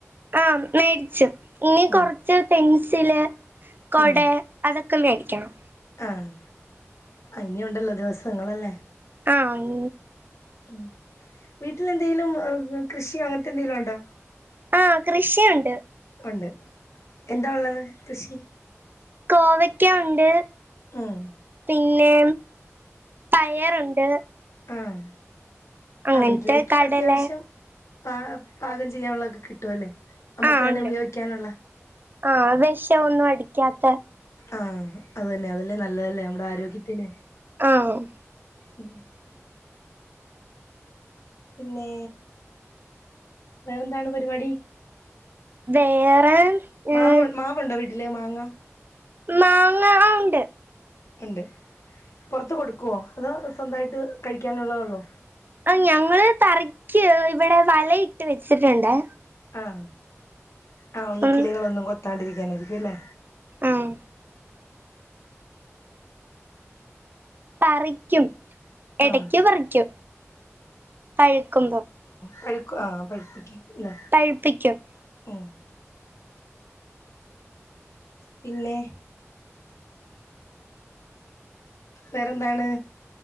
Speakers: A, on the right; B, on the left.
A: ആഹ് മേടിച്ച് ഇനി
B: ഉം
A: കൊറച്ച് പെൻസില് കൊടേ
B: ഉം
A: അതൊക്കെ മേടിക്കണം.
B: ആഹ് ഇനീയുണ്ടല്ലോ ദിവസങ്ങളല്ലേ.
A: ആഹ്.
B: ഉം വീട്ടിൽ എന്തേലും കൃഷിയോ അങ്ങൻതെ എന്തെങ്കിലോണ്ടോ?
A: ആഹ് കൃഷിയുണ്ട്
B: ഒണ്ട് എന്താ ഒള്ളത് കൃഷി?
A: കോവയ്ക്കാ ഒണ്ട്
B: ഉം.
A: പിന്നേ പയറൊണ്ട്
B: ആഹ്
A: അങ്ങനത്തെ
B: ആഹ് വീട്ട്ലേക്ക്
A: കടല
B: അത്യാവശ്യം പാ പാകം ചെയ്യാനുള്ളതൊക്കെ കിട്ടുവല്ലേ നമ്മുക്ക്
A: ആഹ്
B: തന്നെ
A: ഉണ്ട്
B: ഉപയോഗിക്കാനുള്ള
A: ആഹ് വെഷവൊന്നും അടിക്ക്യാത്ത
B: ആഹ് അത് തന്നെ അതല്ലേ നല്ലതല്ലേ നമ്മുടെ ആരോഗ്യത്തിന്
A: ആഹ്.
B: ഉം. പിന്നേ വേറെന്താണ് പര്പാടി?
A: വേറെ
B: മാവ്
A: ഏഹ്
B: മാവൊണ്ടോ വീട്ടില് മാങ്ങ?
A: മാങ്ങ ആഹ് ഉണ്ട്.
B: ഒണ്ട് പൊറത്ത് കൊടുക്കുവോ അതോ സ്വന്തായിട്ട് കഴിക്കാനുള്ളതേള്ളോ?
A: ആഹ് ഞങ്ങള് പറിക്ക് ഇവടെ വല ഇട്ട് വെച്ചിട്ട്ണ്ടേ
B: ആഹ് ആഹ് ഒന്ന്
A: ഉം
B: കിളികളൊന്നും കൊത്താണ്ടിരിക്കാനായിരിക്കും ലേ
A: ആഹ്. പറിക്കും
B: ഉം
A: എടയ്ക്ക്
B: ആഹ്
A: പറിക്കും, പഴ്ക്കുമ്പം.
B: പഴുക്ക് ആഹ് പഴുപ്പിക്കാൻ ല്ലേ
A: പഴ്പ്പിക്കും.
B: ഉം. പിന്നേ വേറെന്താണ്?